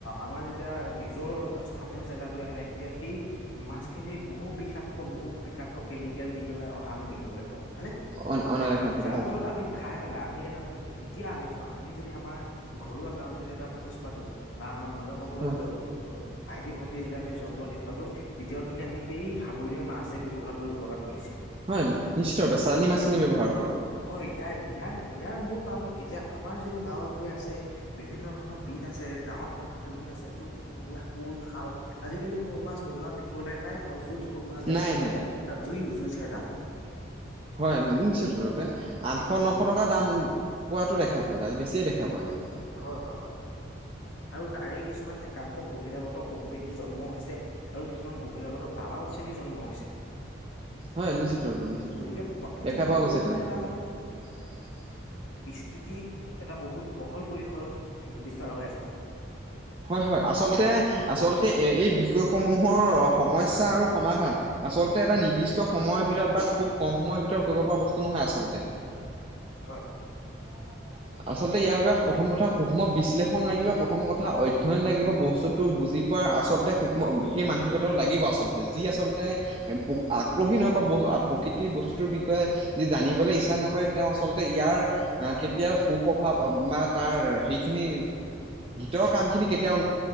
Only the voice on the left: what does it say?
আমাৰ যেতিয়া নি যৰ স্থানীয় জেগালৈ আহে তেতিয়া সেই মাছখিনি বহু বিষাক বহুত বিষাক্ত কেমিকেল দি পেলাই অহা আমি দেখিবলৈ পাওঁ। হয়নে?
যাৰ
ফলত
আমি খাই পেলাই আমি এটা এতিয়া আমি চোৱা আমি যদি আমাৰ ঘৰুৱা গাঁৱত যদি এটা ভোজ পাতো বা আমাৰ ল'ৰা সকলৰ
ভাইটি-ভন্টি যেতিয়া আমি জন্মদিন পাতো তেতিয়াও কিনে আমি সেই সাগৰীয় মাছ যেই ব্যৱহাৰ কৰিব লগাত পৰিছে।
হয় ইয়াৰ ইয়াৰ-ইয়াৰ মূল কাৰণতটো কি? যে আমাৰ যিবোৰ গাঁৱৰ ভূঞে আছে, বিভিন্ন ধৰণৰ বিল আছে, ডাঙৰ-ডাঙৰ পিটনি আছে য'ত বনৰীয়া শ'ল শাল আজিকালি শ'ল মাছ বজাৰত দেখিবলৈ নাই আৰু য'ত হ'ল মাছ দেখা
পোৱা
যায় তাত জুই-জুই চাই দাম।
হয়-হয়-হয়। আৰু তাৰে কিছুমান একাংশ বহিৰাগত কোম্পেনী জন্ম হৈছে আৰু কিছুমান বহিৰাগত দাম লালচ্ৰেনীৰ জন্ম হৈছে।
গতিকে প্ৰাকৃতিক
বিষয়টো
মানে
এটা স্থিতি এটা বহুত বহল পৰিসৰত বিস্তাৰ হৈ আছে।
হয়